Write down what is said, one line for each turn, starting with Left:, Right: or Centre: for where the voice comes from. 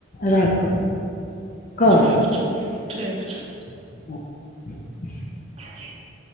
Left: राखऽ
Right: <inaudible>
Left: कर
Right: ठीक छौ ठीक छ
Left: <unintelligible>
Right: <unintelligible>